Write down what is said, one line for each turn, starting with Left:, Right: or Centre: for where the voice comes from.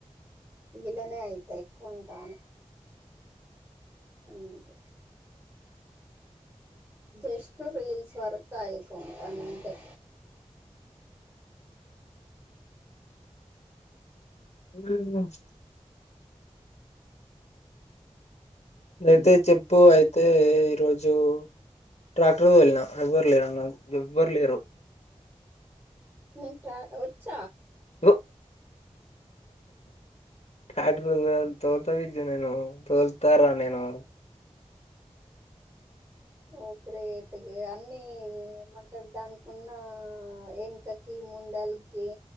Right: ఈళ్ళనే అయితయి ఎక్కువన్ రాను కంచి జస్ట్ రీల్స్ వరకైకుంటంతె
Left: ఉమ్ అయితే చెప్పు అయితే ఈరోజు ట్రాక్టర్ తోల్నా ఎవ్వర్లేరల్ల ఎవ్వరు లేరు
Right: నిక్ ట్రా వచ్చ
Left: ఒ ట్రాక్టర్ తొల్ తోల్త బుజ్జి నేను తోల్తరా నేను
Right: ఓ గ్రేట్ ఇగ అన్నీ ఏమంటరు దానికున్న ఎనకకు కీ ముందాల్కి